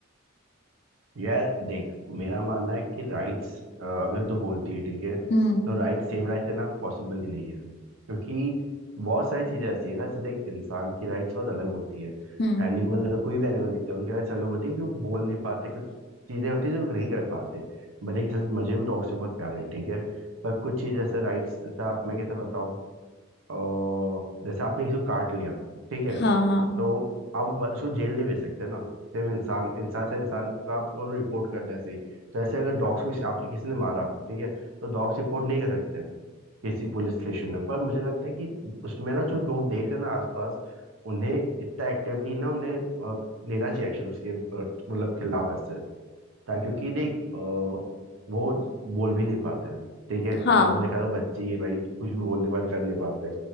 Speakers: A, on the right; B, on the left.
A: यार देख मेरा मानना है कि राइट्स अगर तू बोलती है ठीक है
B: हम्म
A: तो राइट सेम राइट देना पॉसिबल ही नहीं है क्योंकि बहुत सारी चीजें ऐसी है ना जैसे देख इंसान की राइट्स बहुत अलग होती है
B: हम्म
A: एनिमल अगर कोई भी एनिमल दिखता है उनकी राइट्स अलग होती है कि वो बोल नहीं पाते कुछ चीजें होती है जो लोग नहीं कर पाते बट एक तरह से मुझे भी डॉग से बहुत प्यार है ठीक है पर कुछ चीजें ऐसे राइट्स जैसे आप मैं कैसे बताऊं और जैसे आपने किसी को काट लिया ठीक है
B: हाँ हाँ
A: तो आप ब- उसको जेल नहीं भेज सकते ना सेम इंसान इंसान से इंसान को आप रिपोर्ट कर दें ऐसे ही तो ऐसे अगर डॉग्स को किसी- आपने किसी ने मारा ठीक है तो डॉग्स रिपोर्ट नहीं कर सकते किसी पुलिस स्टेशन में पर मुझे लगता है कि उसमें ना जो लोग देख रहे हैं ना आसपास उन्हें इतना एक्टिवली ना उन्हें अ, लेना चाहिए एक्शन उसके अ, मतलब खिलाफ ऐसे ता- क्योंकि देख अ, वो बोल भी नहीं पाते ठीक है
B: हाँ
A: वो तो देखा था बच्चे ही है भाई कुछ भी बोल नहीं पाते कर नहीं पाते